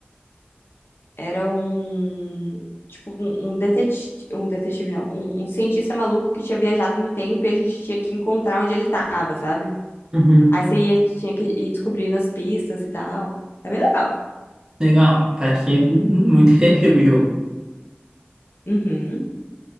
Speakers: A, on the left (about 70°); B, on the right (about 15°).
A: era um tipo um, um detetive, um detetive não, um, um cientista maluco que tinha viajado no tempo e a gente tinha que encontrar onde ele estava, sabe?
B: Uhum.
A: Aí você ia, tinha que ir descobrindo as pistas e tal. É bem legal.
B: Legal. Parece ser muito criativo o jogo.
A: Uhum.